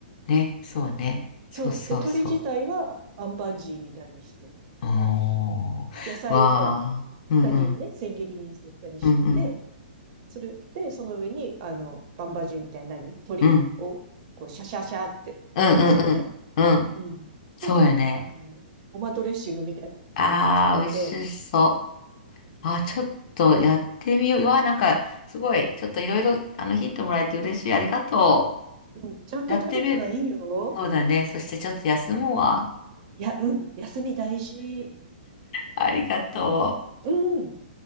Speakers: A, on the left; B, on the right.
A: ね。そうね。そうそうそう。
B: そう。で、鶏自体は、アンバンジーみたいにして、
A: おー。
B: 野菜をほら、
A: わー。うんうん。
B: 下にね、千切りにして、下に敷いて、
A: うんうん。
B: それで、その上に、あの、バンバンジーみたいな何鶏を、
A: うん。
B: こう、シャシャシャって乗せて、
A: うんうんうん。うん。
B: うん。
A: そうやね。
B: で、あの、ごまドレッシングみたいなの自分で作って、
A: あー、美味しそう。あ、ちょっとやってみよう。うわ、なんか、すごい。ちょっといろいろ、あの、ヒントもらえて嬉しい。ありがと
B: うん、ちゃんと食べたがいいよ。
A: う。やってみる。そうだね。そしてちょっと休むわ。
B: いや、うん、休み大事。
A: ありがとう。
B: うん。